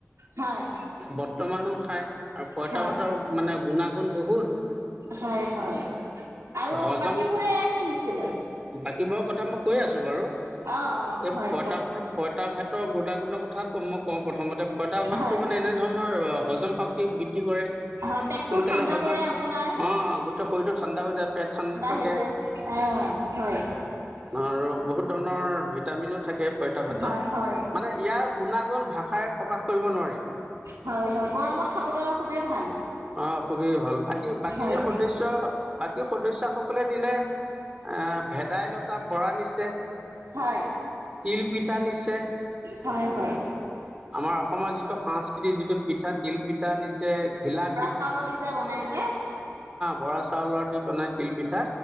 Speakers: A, on the right (about 75°); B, on the right (about 20°).
A: হয়
B: বৰ্তমানো খাই আৰু পঁইতা
A: হয়
B: ভাতৰ মানে গুণাগুণ বহুত।
A: হয় হয়। আৰু
B: হজম
A: বাকীবোৰে কিনি নিছিলে?
B: বাকীবোৰৰ কথা মই কৈ আছোঁ বাৰু
A: অ অ
B: এই
A: হয়
B: পঁইতা ভাতৰ পঁইতা ভাতৰ গুনাগুণৰ কথা মই কওঁ প্ৰথম প্ৰথমতে পইতা ভাতটো
A: হয়
B: মানে এনেধৰণৰ হজম শক্তি বৃদ্ধি কৰে।
A: হয় পেটটো
B: সোনকালে
A: ঠাণ্ডা
B: হজম
A: পৰে আপোনাৰ
B: অ গোটেই শৰীৰটো ঠাণ্ডা হৈ যায় পেট ঠাণ্ডা থাকে
A: হৈ যায় অ হয়
B: আৰু বহুত ধৰণৰ ভিটামিনো থাকে পইতা ভাতত।
A: হয় হয়
B: মানে ইয়াৰ গুণাগুণ ভাষাৰে প্ৰকাশ কৰিব নোৱাৰি।
A: হয় হয় গৰমত খাবলৈ খুবেই ভাল।
B: অ খুবেই ভাল বাকী বাকী
A: হয়
B: সদস্য বাকী সদস্য সকলে নিলে অ ভেদাইলতা বৰা নিছে
A: হয়
B: তিল পিঠা নিছে।
A: হয় হয়
B: আমাৰ অসমৰ যিটো সাংস্কৃতিক যিটো পিঠা তিলপিঠা নিছে ঘিলাপ
A: চাউল দি যে বনাই যে।
B: বৰা চাউলৰ দি বনাই তিল পিঠা